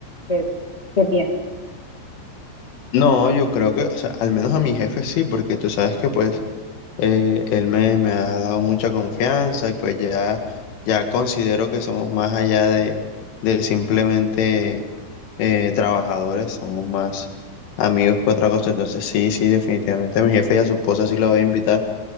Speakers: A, on the left; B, on the left.
A: ¿qué, qué piensas?
B: No, yo creo que, o sea, al menos a mi jefe sí, porque tú sabes que pues Eh, él me, me ha dado mucha confianza y pues ya, ya considero que somos más allá de, de simplemente eh, trabajadores, somos más amigos que otra cosa. Entonces sí, sí, definitivamente a mi jefe y a su esposa sí la voy a invitar